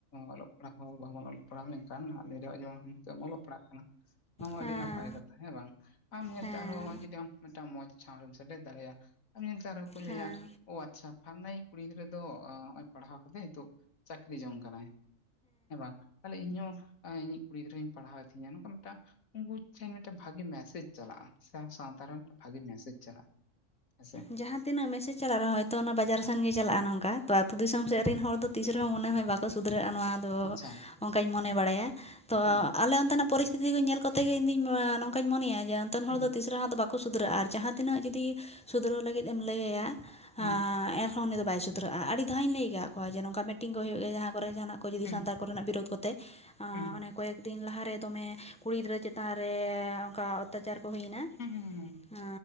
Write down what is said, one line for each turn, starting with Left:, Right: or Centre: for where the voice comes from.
Left: ᱚᱞᱚᱜ ᱯᱟᱲᱦᱟᱜ ᱦᱚᱸ ᱵᱟᱵᱚᱱ ᱚᱞᱚᱜ ᱯᱟᱲᱦᱟᱣ ᱞᱮᱱᱠᱷᱟᱱ ᱱᱟᱦᱟᱜ ᱫ ᱨᱮᱭᱟᱜ ᱡᱮᱢᱚᱱ ᱚᱞᱚᱜ ᱯᱟᱲᱦᱟᱜ ᱠᱟᱱᱟ ᱱᱚᱣᱟ ᱦᱚᱸ
Centre: ᱦᱮᱸ
Left: ᱟᱹᱰᱤ ᱱᱟᱯᱟᱭ ᱠᱟᱛᱷᱟ ᱦᱮᱸ ᱵᱟᱝ ᱟᱢ ᱧᱮᱞᱛᱮ
Centre: ᱦᱮᱸ
Left: ᱟᱨᱦᱚᱸ ᱱᱚᱭ ᱡᱚᱫᱤ ᱟᱢ ᱢᱤᱫᱴᱟᱝ ᱢᱚᱸᱡᱽ ᱴᱷᱟᱶ ᱨᱮᱢ ᱥᱮᱴᱮᱨ ᱫᱟᱲᱮᱭᱟᱜᱼᱟ ᱟᱢ ᱧᱮᱞᱛᱮ ᱟᱨᱚᱸ ᱠᱚ ᱞᱟᱹᱭᱟ
Centre: ᱦᱮᱸ
Left: ᱚ ᱟᱪᱪᱷᱟ ᱯᱷᱟᱨᱱᱟᱭᱤ ᱠᱩᱲᱤ ᱜᱤᱫᱽᱨᱟᱹ ᱫᱚ ᱱᱚᱜᱭ ᱯᱟᱲᱦᱟᱣ ᱠᱟᱛᱮ ᱱᱤᱛᱚᱜ ᱪᱟᱹᱠᱨᱤ ᱡᱚᱝ ᱠᱟᱱᱟᱭ ᱦᱮᱸ ᱵᱟᱝ ᱛᱟᱦᱞᱮ ᱤᱧᱦᱚᱸ ᱤᱧᱤᱡ ᱠᱩᱲᱤ ᱜᱤᱫᱽᱨᱟᱹ ᱯᱟᱲᱦᱟᱣᱮᱫᱤᱧᱟᱹ ᱱᱚᱝᱠᱟ ᱢᱤᱫᱴᱟᱝ ᱩᱱᱠᱩ ᱴᱷᱮᱱ ᱢᱤᱫᱴᱟᱝ ᱵᱷᱟᱜᱤ ᱢᱮᱥᱮᱡᱽ ᱪᱟᱞᱟᱜᱼᱟ ᱥᱮ ᱥᱟᱶᱛᱟ ᱨᱮ ᱢᱤᱫᱴᱮᱱ ᱵᱷᱟᱜᱤ ᱢᱮᱥᱮᱡᱽ ᱪᱟᱞᱟᱜᱼᱟ ᱦᱮᱸᱥᱮ᱾
Centre: ᱡᱟᱦᱟᱸ ᱛᱤᱱᱟᱹᱜ ᱢᱮᱥᱮᱡ ᱪᱟᱞᱟᱜ ᱨᱮᱦ ᱦᱚᱳᱭᱛᱚ ᱚᱱᱟ ᱵᱟᱡᱟᱨ ᱥᱮᱱ ᱜᱮ ᱪᱟᱞᱟᱜᱼᱟ ᱱᱚᱝᱠᱟ ᱛᱚ ᱟ ᱟᱹᱛᱩ ᱫᱤᱥᱚᱢ ᱥᱮᱫ ᱨᱤᱱ ᱦᱚᱲ ᱫᱚ ᱛᱤᱥ ᱨᱮᱦᱚᱸ ᱢᱚᱱᱮ ᱦᱚᱭ ᱵᱟᱠᱚ ᱥᱩᱫᱷᱨᱟᱹᱜᱼᱟ ᱱᱚᱣᱟ ᱫᱚ
Left: ᱟᱪᱪᱷᱟ
Centre: ᱚᱱᱠᱟᱧ ᱢᱚᱱᱮ ᱵᱟᱲᱟᱭᱟ ᱛᱚ
Left: ᱚ
Centre: ᱟᱞᱮ ᱚᱱᱛᱮᱱᱟᱜ ᱯᱚᱨᱤᱥᱛᱷᱤᱛᱤ ᱠᱚ ᱧᱮᱞ ᱠᱟᱛᱮᱜ ᱜᱮ ᱤᱧ ᱱᱚᱝᱠᱟᱧ ᱢᱚᱱᱮᱭᱟ ᱡᱮ ᱚᱱᱛᱮᱱ
Left: ᱦᱩᱸ
Centre: ᱦᱚᱲ ᱫᱚ ᱛᱤᱥᱥ ᱨᱮᱟᱜ ᱟᱫᱚ ᱵᱟᱠᱚ ᱵᱟᱠᱚ ᱥᱩᱫᱷᱨᱟᱹᱜᱼᱟ ᱟᱨ ᱡᱟᱦᱟᱸ ᱛᱤᱱᱟᱹᱜ ᱡᱩᱫᱤ ᱥᱩᱫᱷᱨᱟᱹᱣ ᱞᱟᱹᱜᱤᱫ ᱮᱢ ᱞᱟᱹᱭᱟ ᱷᱟ
Left: ᱦᱩᱸ
Centre: ᱮᱱ ᱩᱱᱤᱤᱫ ᱫᱚ ᱵᱟᱭ ᱥᱩᱫᱟᱹᱨᱟᱹᱜᱼᱟ ᱟᱹᱰᱤ ᱫᱷᱟᱣᱧ ᱞᱟᱹᱭ ᱟᱠᱟᱫ ᱠᱚᱣᱟ ᱡᱮ ᱱᱚᱝᱠᱟ ᱢᱤᱴᱤᱝ ᱠᱚ ᱦᱩᱭᱩᱜ ᱜᱮ ᱡᱟᱦᱟᱸ ᱠᱚᱨᱮ ᱡᱟᱦᱟᱱᱟᱜ ᱠᱚ᱾ ᱠᱚ ᱡᱩᱫᱤ
Left: ᱦᱩᱸ
Centre: ᱥᱟᱱᱛᱟᱲ ᱠᱚᱨᱮᱱᱟᱜ ᱵᱤᱨᱳᱫ ᱠᱚᱛᱮ ᱚᱱᱮ
Left: ᱦᱩᱸ
Centre: ᱠᱚᱭᱮ ᱫᱤᱱ ᱞᱟᱦᱟᱨᱮ ᱫᱚᱢᱮ ᱠᱩᱲᱤ ᱜᱤᱫᱽᱨᱟᱹ ᱪᱮᱛᱟᱱ ᱨᱮ ᱚᱱᱠᱟ ᱚᱛᱛᱟᱪᱟᱨ ᱠᱚ ᱦᱩᱭᱱᱟ᱾
Left: ᱦᱩᱸ ᱦᱩᱸ ᱦᱩᱸ
Centre: ᱦᱟ